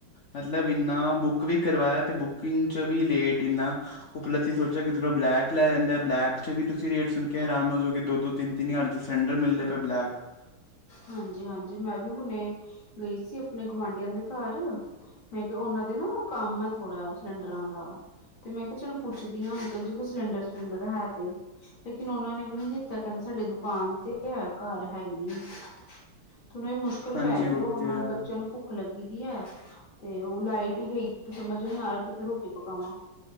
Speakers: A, on the left; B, on the left.
A: ਮਤਲਬ ਇੰਨਾ ਬੁੱਕ ਵੀ ਕਰਵਾਇਆ ਤੇ ਬੁਕਿੰਗ 'ਚ ਵੀ ਲੇਟ ਇੰਨਾਂ ਉਪਲੱਧੀ ਸੋਚਿਆ ਕਿ ਥੋੜਾ ਬਲੈਕ। ਬਲੈਕ 'ਚ ਵੀ ਤੁਸੀਂ ਰੇਟ ਸੁਣ ਕੇ ਹੈਰਾਨ ਹੋ ਜਾਓਗੇ ਦੋ ਦੋ ਤਿੰਨ ਤਿੰਨ ਹਜ਼ਾਰ ਦੇ ਸਿਲੰਡਰ ਮਿਲਦੇ ਪਏ ਬਲੈਕ।
B: ਹਾਂਜੀ-ਹਾਂਜੀ ਮੈਂ ਵੀ ਹੁਣੇ ਗਈ ਸੀ ਆਪਣੇ ਗੁਆਂਢੀਆਂ ਦੇ ਘਰ। ਮੈਂ ਕਿਹਾ ਉਹਨਾਂ ਦੇ ਨਾ ਕੰਮ ਐ ਨਾ ਥੋੜਾ ਸਿਲੰਡਰਾਂ ਦਾ। ਤੇ ਮੈਂ ਕਿਹਾ ਚਲੋ ਪੁੱਛਦੀ ਆ ਅੰਕਲ ਜੀ ਕੋਈ ਸਿਲੰਡਰ ਸਿਲੰਡਰ ਹੈ ਤੇ। ਲੇਕਿਨ ਉਨ੍ਹਾਂ ਨੇ ਵੀ ਨੀ ਦਿੱਤਾ ਕਹਿੰਦੇ ਸਾਡੇ ਦੁਕਾਨ ਤੇ ਐ ਘਰ। ਹੈ ਈ ਨੀ, ਤੇ ਹੁਣ ਇਹ ਮੁਸ਼ਕਿਲ
A: ਹਾਂਜੀ
B: ਪੈ ਗਈ
A: ਉਹ
B: ਹੁਣ
A: ਤੇ ਹੈ
B: ਬੱਚਿਆਂ ਨੂੰ। ਭੁੱਖ ਲੱਗੀ ਦੀ ਐ ਤੇ ਉਹ ਲਾਈਟ ਈ ਗਈ ਸਮਝ ਨੀ ਆਰਿਆ ਕਿੱਥੇ ਰੋਟੀ ਪਕਾਵਾਂ।